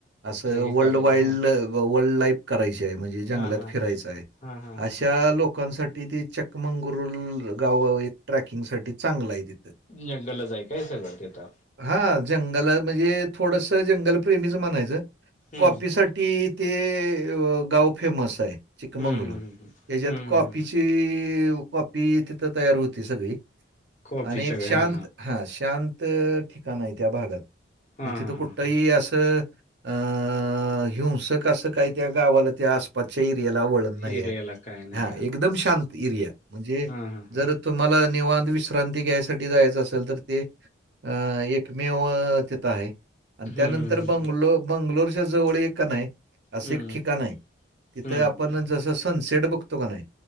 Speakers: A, on the right; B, on the left.
A: असं
B: ते हे
A: वर्ल्ड
B: करायचं
A: वाईल्ड
B: हा
A: वर्ल्ड लाईफ. करायची आहे म्हणजे जंगलात
B: हा हा
A: फिरायच
B: हा
A: आहे
B: हा हा हा
A: अशा
B: हा
A: लोक लोकांसाठी ते चकमंगुरुल गाव एक ट्रॅकिंग साठी चांगलं आहे तिथ.
B: जंगलला जाय काय सगळ ते आता
A: हा जंगल म्हणजे थोडस जंगलप्रेमीच म्हणायचं
B: हम्म
A: कॉपीसाठी, ती ते गाव फेमस आहे चिक्मंगळूर
B: हम्म हम्म हम्म हम्म
A: त्याच्यात कॉफीची
B: हम्म हम्म
A: कॉ पी तिथं तयार होती सगळी
B: कॉफी
A: आणि एक
B: सगळे
A: शांत
B: हा
A: हा शांत ठिकाण आहे त्या भागात
B: हा
A: तिथं
B: हा हा
A: कुठही
B: हा
A: असं अ हिंसक असं काही त्या गावाला त्या आसपासच्या इर्याला ओलख
B: एरियाला काय नाही
A: हा एकदम शांत इर्या म्हणजे
B: हा हा हा
A: जर तुम्हाला निवांत विश्रांती क्रांती घ्यायसाठी जायच असेल तर ते अ एकमेव तिथं आहे आणि
B: हम्म
A: त्यानंतर
B: हम्म
A: बंगलो बंगलोरच्या जवळ एक नाही असं
B: हम्म
A: एक ठिकाण
B: हम्म
A: आहे तिथं
B: हम्म
A: आपण जसं सनसेट बघतो का नाही